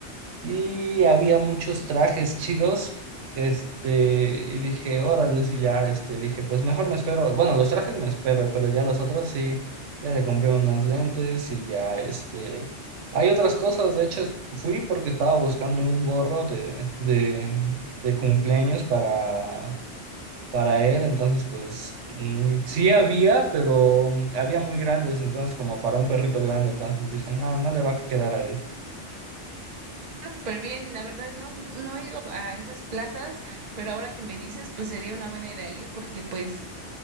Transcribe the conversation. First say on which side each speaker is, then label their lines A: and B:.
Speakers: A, on the right (about 85°); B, on the right (about 45°).
A: Y había muchos trajes chidos. Este, y dije, órale, y ya, este, dije, pues mejor me espero. Bueno, los trajes me espero, pero ya los otros sí, ya le compré unos lentes y ya, este. Hay otras cosas, de hecho, fui porque estaba buscando un gorro de, de, de cumpleaños para, para él, entonces, pues, mm, sí había, pero había muy grandes, entonces, como para un perrito grande, entonces dije, no, no le va a quedar a él.
B: Está Súper bien, la verdad no, no he ido a esas plazas, pero ahora que me dices, pues sería una buena idea ir porque pues